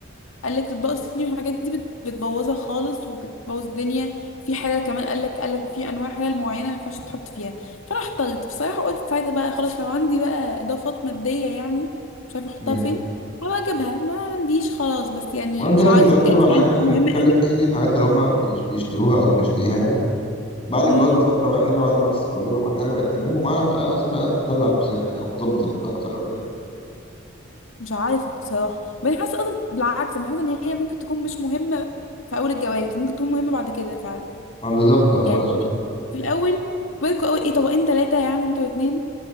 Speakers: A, on the left; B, on the left.
A: قال لك الاطباق الصيني والحاجات دي بت- بتبوظها خالص وبتبوظ الدنيا في حلل كمان قال لك قال لك في انواع حلل معينه ما ينفعش تحط فيها فانا احتجت بصراحه قلت ساعتها بقى خلاص لو عندي بقى اضافات ماديه يعني مش عارفه احطها
B: مم.
A: فين هبقى اجيبها ما عنديش خلاص بس يعني
B: وانا متهيألي
A: مش عارفه
B: ان تلات
A: بجد
B: ارباع الحاجات
A: هي
B: اللي احنا
A: مهمه
B: بنتكلم فيها دي الحاجات اللي هم بيش- بيشتروها او بيشتريها يعني بعد الجواز
A: قوي
B: بفترة بقى كده بعد ما استقرينا كل حاجة بقت تمام ومعانا بقى عايزين بقى ندلع نفسنا يعني او نظبط البيت اكتر او كده
A: مش عارفة بصراحة بس أنا حاسة أصلا بالعكس أنا حاسة إن هي ممكن تكون مش مهمة في أول الجواز بس ممكن تكون مهمة بعد كده فعلا
B: آه، بالظبط اه
A: يعني
B: ده اللي اقصده
A: في الأول بيكوا أوي إيه طبقين تلاتة يعني انتوا الاتنين